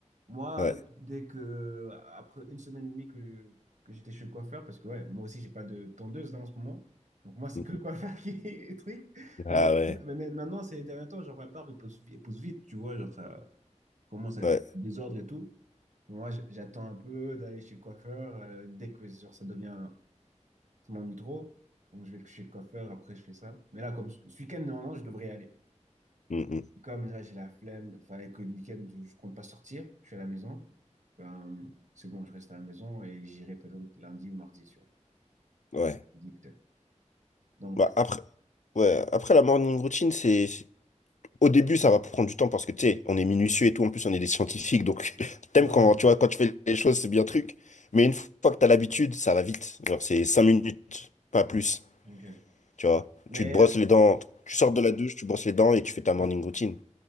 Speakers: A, on the right; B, on the left.
A: Moi,
B: Ouais.
A: dès que, après une semaine et demie que, que j'étais chez le coiffeur, parce que ouais, moi aussi, j'ai pas de tondeuse là en ce moment. Donc moi, c'est
B: Mm,
A: que le coiffeur <laughs> qui est le truc.
B: mm. Ah
A: Donc, en
B: ouais.
A: mais mais maintenant, ces derniers temps, genre ma barbe, elle pousse, elle pousse vite, tu vois, genre ça commence à être
B: Ouais.
A: un désordre et tout. Moi, j- j'attends un peu d'aller chez le coiffeur. euh, dès que genre, ça devient, ça m'ennuie trop, donc je vais chez le coiffeur, après je fais ça. Mais là, comme ce ce week-end, normalement, je devrais y aller.
B: Mm, mm.
A: Comme là, j'ai la flemme, fallait que le week-end, je je compte pas sortir, je suis à la maison. Ben, c'est bon, je reste à la maison et j'irai peut-être lundi ou mardi, tu vois.
B: Ouais.
A: Ou mercredi peut-être. Donc,
B: Bah, après, ouais. Après la morning routine, c'est Au début, ça va prendre du temps parce que, tu sais, on est minutieux et tout. En plus, on est des scientifiques. Donc, <laughs> t'aimes
A: ouais.
B: quand, tu vois, quand tu fais les choses, c'est bien truc. Mais une fois que t'as l'habitude, ça va vite. Genre, c'est 5 minutes, pas plus.
A: ok.
B: Tu vois,
A: Mais,
B: tu te brosses les dents, tu sors de la douche, tu brosses les dents et tu fais ta morning routine.